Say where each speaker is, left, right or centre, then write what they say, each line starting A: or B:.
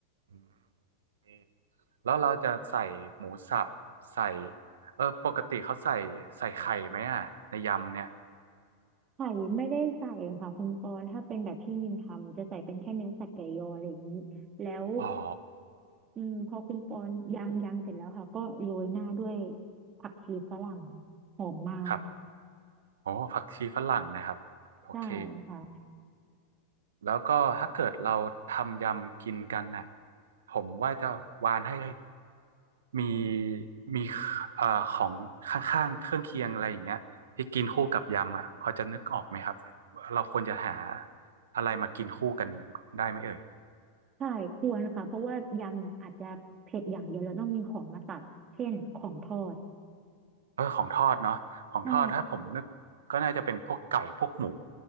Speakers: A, on the right; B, on the right.
A: อืมแล้วเราจะใส่หมูสับใส่เออปกติเขาใส่ใส่ไข่ไหมอ่ะในยำเนี่ย
B: ไข่ไม่ได้ใส่ค่ะคุณปอนถ้าเป็นแบบที่นิมทำจะใส่เป็นแค่เนื้อสัตว์ไก่ยออะไรอย่างนี้แล้ว
A: อ๋อ
B: อืมพอคุณปอนยำยำเสร็จแล้วค่ะก็โรยหน้าด้วยผักชีฝรั่งหอมมาก
A: ครับโอ้ผักชีฝรั่งนะครับโอเค
B: ใช่ค่ะ
A: แล้วก็ถ้าเกิดเราทำยำกินกันน่ะผมว่าจะวานให้มีมีเอ่อของข้างๆเครื่องเคียงอะไรอย่างเงี้ยที่กินคู่กับยำอ่ะพอจะนึกออกไหมครับเราควรจะหาอะไรมากินคู่กันได้ไหมเอ่ย
B: ใช่ควรค่ะเพราะว่ายำเนี่ยอาจจะเผ็ดอย่างเดียวแล้วต้องมีของมาตัดเช่นของทอด
A: เออของทอดเนาะของทอดถ้าผมนึกก็น่าจะเป็นพวกไก่พวกหมู
B: ใช่